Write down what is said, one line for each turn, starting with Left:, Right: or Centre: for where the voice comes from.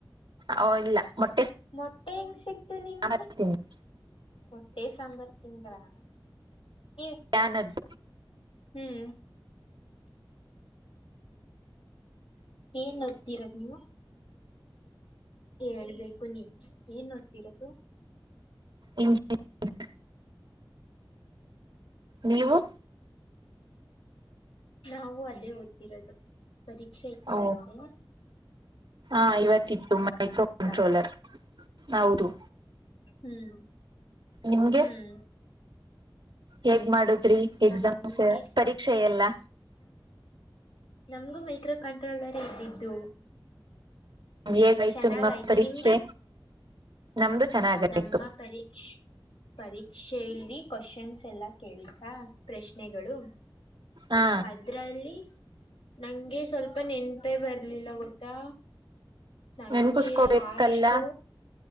Right: ಹೊ ಇಲ್ಲ ಮೊಟ್ಟೆ.
Left: ಮೊಟ್ಟೆ ಹೆಂಗ್ ಸಿಕ್ತು ನಿಮ್ಗೆ
Right: ಸಾಂಬಾರ್ ತಿಂದ್ವಿ
Left: ಮ. ಟೆ ಸಾಂಬಾರ್ ತಿಂದ್ರಾ. ನೀವ್
Right: ಯಾನದ್.
Left: ಹ್ಮ್ ಏನ್ ಓದ್ತಿರದ್ ನೀವು. ಹೇಳ್ಬೇಕು ನೀನ್ ಏನ್ ಓದ್ತಿರದು.
Right: ಇ <unintelligible> ನೀವು
Left: ನಾವು ಅದೇ ಓದ್ತಿರೋದು ಪರೀಕ್ಷೆ ಇತ್ತ
Right: ಓ
Left: ನಿಮ್ಗೆ.
Right: ಹಾ ಇವತ್ತಿತ್ತು ಮೈಕ್ರೋ
Left: ಇತ್ತಾ
Right: ಕಂಟ್ರೋಲರ್ ಹೌದು.
Left: ಹ್ಮ್
Right: ನಿಮ್ಗೆ
Left: ಹ್ಮ್
Right: ಹೇಗ್ ಮಾಡುದ್ರಿ ಎಕ್ಸಾಮ್ಸ್
Left: ನಮ್ಗೆ
Right: ಪರೀಕ್ಷೆ ಎಲ್ಲ.
Left: ನಮ್ಗು ಮೈಕ್ರೋ ಕಂಟ್ರೋಲರ್ರೆ ಇದ್ದಿದ್ದು.
Right: ಹೇಗಾಯ್ತು
Left: ಚೆನ್ನಾಗಾಯ್ತು
Right: ನಿಮ್ಮ ಪರೀಕ್ಷೆ
Left: ನಿಮ್ಗೆ.
Right: ನಮ್ದು ಚೆನ್ನಾಗಾಯ್ತು
Left: ನಮ್ಮ ಪರೀಕ್ಷ್ ಪರೀಕ್ಷೆಯಲ್ಲಿ ಕ್ವಶನ್ಸ್ ಎಲ್ಲ ಕೇಳ್ತಾ ಪ್ರಶ್ನೆಗಳು.
Right: ಹಾ
Left: ಅದ್ರಲ್ಲಿ ನಂಗೆ ಸ್ವಲ್ಪ ನೆನ್ಪೆ ಬರ್ಲಿಲ್ಲ ಗೊತ್ತಾ. ನಂಗೆ
Right: ನೆನ್ಪುಸ್ಕೋಬೇಕಲ್ಲ
Left: ಲಾಸ್ಟು